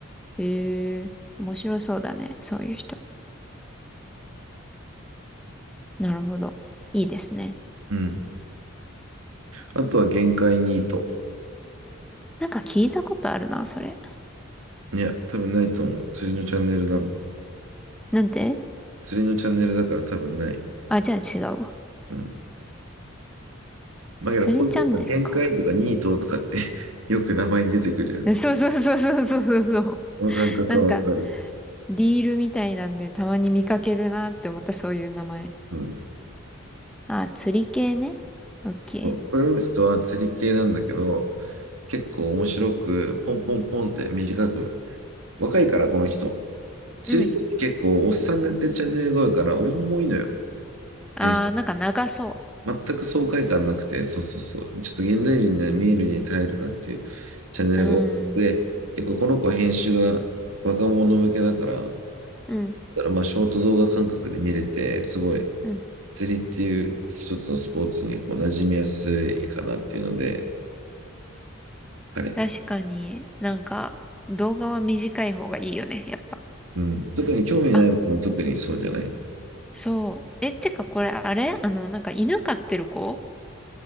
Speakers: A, in the centre; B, on the right (about 75°).
A: ええー、面白そうだね。そういう人。なるほど。いいですね。
B: う。うん。あとは限界ニート。
A: なんか聞いたことあるな、それ。
B: いや、多分ないと思う。釣りのチャンネルだもん。
A: なんで
B: 釣りのチャンネルだから多分ない。
A: あ、じゃあ違うわ。
B: うん。まあ、けどこういう限界とかニートとかって
A: 釣りチャンネルか。
B: <laughs> よく名前に出てくるよね。
A: <laughs> そうそうそうそうそうそうそう。
B: この感覚はわかる。
A: なんか、リールみたいなんでたまに見かけるなって思った、そういう名前。
B: うん。
A: あ釣り系ね。オッケ
B: そう。これの人は釣り系なんだけど、結構面白く、ポンポンポンって短く。若いから、この人。釣り系って結構、
A: ー。うん。
B: おっさんがやってるチャンネルが多いから、重いのよ。
A: ああ、
B: 編集
A: なんか長そ
B: 全く爽快感なくて、そうそうそう。ちょっと現代人には見るに耐えるなっていうチャンネルが多くて、
A: う。うーん。
B: 結構この子は編集が若者向けだから、だ
A: うん。
B: からまあショート動画感覚で見れて、すごい
A: うん
B: 釣りっていう一つのスポーツにこう馴染みやすいかなっていうので、彼。
A: 確かになんか動画は短い方がいいよね、やっぱ。
B: うん。特に興味ないものは特にそうじゃない
A: あ、そう。え、てかこれあれあの、なんか犬飼ってる子